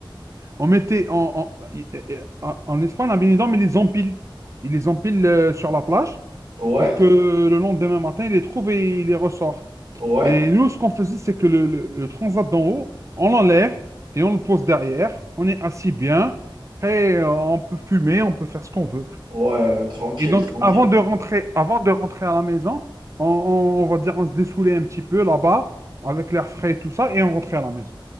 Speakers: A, on the right (about 35°); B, on the right (about 70°).
A: On mettait en, en, en- en Espagne, la bénédicte, mais ils les empile. Il les empile euh, sur la plage
B: Ouais,
A: pour que le lendemain matin, il les trouve et il les ressort.
B: ouais.
A: Et nous, ce qu'on faisait, c'est que le, le- le transat d'en haut, on l'enlève et on le pose derrière. On est assis bien. Après, euh, on peut fumer, on peut faire ce qu'on veut.
B: Ouais, ouais, tranquille,
A: Et donc,
B: tranquille.
A: avant de rentrer, avant de rentrer à la maison, on, on- on va dire, on se dessoulait un petit peu là-bas avec l'air frais et tout ça, et on rentrait à la maison.